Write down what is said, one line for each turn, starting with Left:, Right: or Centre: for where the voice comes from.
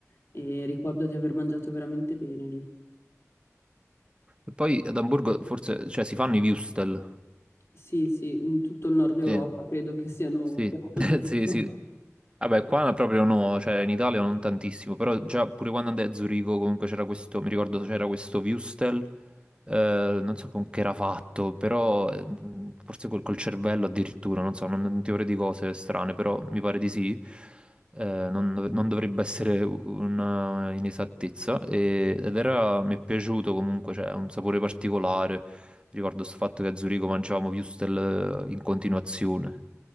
Left: e ricordo di aver mangiato veramente bene lì.
Right: E poi ad Amburgo forse, cioè si fanno i würstel.
Left: Sì, sì, in tutto il nord Europa
Right: Sì,
Left: credo che siano
Right: sì,
Left: piatto
Right: <laughs>
Left: tipico.
Right: sì, sì. Vabbè, qua proprio no, cioè in Italia non tantissimo, però già pure quando andai a Zurigo comunque c'era questo, mi ricordo c'era questo Wüstel, eh, non so con che era fatto, però eh, forse col, col cervello addirittura, non so, non, non ti vorrei di cose strane, però mi pare di sì, eh, non, dov- non dovrebbe essere una inesattezza, e- ed era, mi è piaciuto comunque, cioè ha un sapore particolare. Ricordo sto fatto che a Zurigo mangiavamo würstel eh, in continuazione.